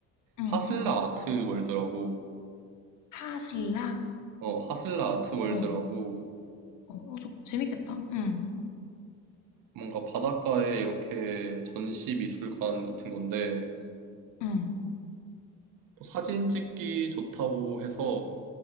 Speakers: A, on the left; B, on the right.
A: 응.
B: 하슬라 아트월드라고
A: 하슬라?
B: 어, 하슬라 아트월드라고
A: 어. 어, 어, 저 재밌겠다. 응.
B: 뭔가 바닷가에 이렇게 전시 미술관 같은 건데
A: 응.
B: 뭐 사진 찍기 좋다고 해서